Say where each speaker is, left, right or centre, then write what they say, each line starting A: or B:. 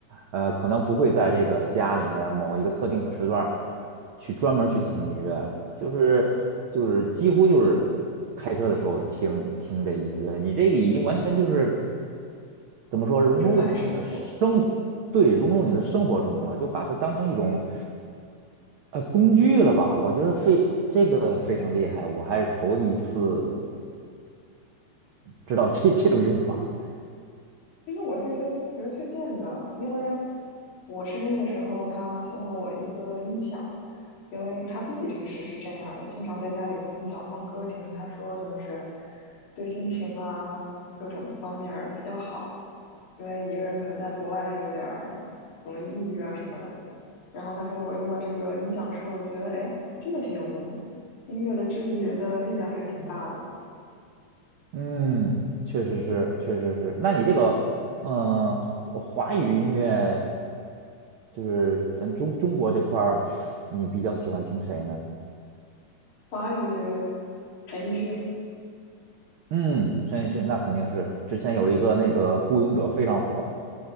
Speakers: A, on the right; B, on the left.
A: 呃，可能不会在这个家里面儿某一个特定的时段儿去专门儿去听音乐了，就是就是几乎就是开车的时候听听这音乐。你这个已经完全就是。怎么说融入你的生活，
B: 热爱生活。
A: 对，融入你的生活中了，就把它当成一种呃工具了吧？我觉得非这个非常厉害，我还是头一次知道这这种用法。
B: 其实我是一个同学推荐的，因为我生日的时候，他送了我一个音响，因为他自己平时是这样儿的，经常在家里用音响放歌听。他说就是对心情啊各种方面儿比较好，因为一个人可能在国外有点儿容易抑郁啊什么的。然后他给我用了这个音响之后，我就觉得哎，真的挺有用的，音乐的治愈人的力量还是挺大的。
A: 嗯，确实是，确实是。那你这个，嗯、华华语音乐就是咱中中国这块儿，你比较喜欢听谁呢？
B: 华语，陈奕迅
A: 嗯，陈奕迅那肯定是，之前有一个那个《孤勇者》非常火。